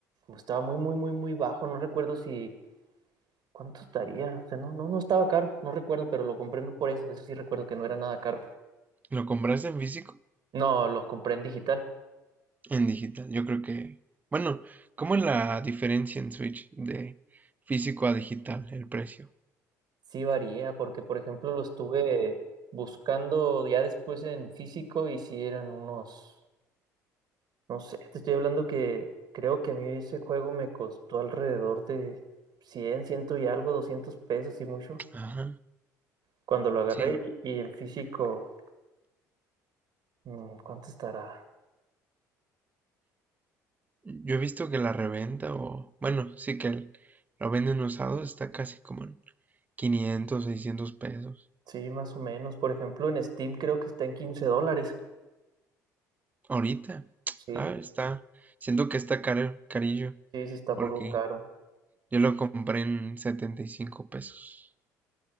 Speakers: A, on the right (about 55°); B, on the right (about 20°).
A: estaba muy, muy, muy, muy bajo, no recuerdo si, ¿cuánto estaría? O sea, no, no, no estaba caro, no recuerdo, pero lo compré por eso, eso sí recuerdo que no era nada caro.
B: ¿Lo compraste en físico?
A: No, lo compré en digital.
B: En digital, yo creo que, bueno, ¿cómo es la diferencia en Switch de físico a digital, el precio?
A: Sí varía, porque por ejemplo lo estuve buscando ya después en físico y sí eran unos No sé, te estoy hablando que creo que a mí ese juego me costó alrededor de cien ciento y algo, 200 pesos y mucho.
B: Ajá,
A: Cuando lo agarré
B: sí.
A: y, y en físico, mm, ¿cuánto estará?
B: Yo he visto que la reventa o, bueno, sí que el- lo venden usado, está casi como en 500, 600 pesos.
A: Sí, más o menos. Por ejemplo, en Steam creo que está en 15 dólares.
B: Ahorita,
A: Sí,
B: ah, está, siento que está caro, carillo,
A: sí, sí está algo
B: porque
A: caro.
B: yo lo compré en 75 pesos.